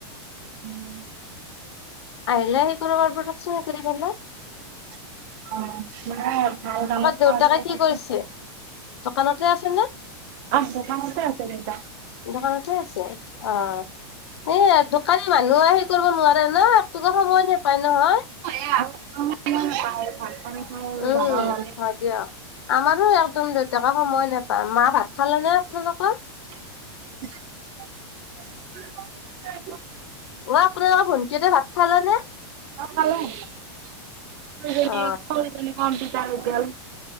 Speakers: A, on the right; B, on the left.
A: উম
B: আহিল আহ কৰবাৰবকচ নে কৰি গ ন
A: অ ম
B: দেউতাকে
A: ম
B: কি কৰিছে দোকানতে আছে নে
A: আছ কামতে আছে নেইটা
B: দোকানতে আছে অ এ ঢোকানী মানুহ আহ আহেই কৰিব নোৱাৰাৰে ন আটোকো সময় নাপায় নহয়
A: <inaudible>
B: উম,
A: যাবা হ'লে
B: হয় দিয়ক আমাৰো একদম দুটকা সময় নেপায় মা ভাত খালে নে আপোনালোকৰ?
A: <inaudible>
B: কোৱা আপোনালোকৰ ভণ্টিহঁতে ভাত খালেনে?
A: ভাত খালে। সৰুজনী
B: অ
A: সৰুজনী কম্পিটাৰত গেল।